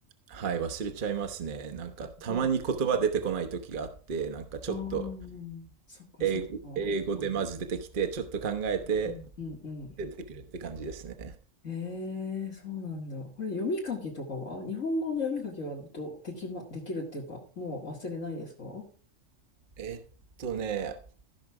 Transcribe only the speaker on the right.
はい、忘れちゃいますね。なんか、たまに言葉出てこない時があって、
なんかちょっと
英語、英語でまず出てきて、ちょっと考えて、
出てくるって感じですね。
えっとね、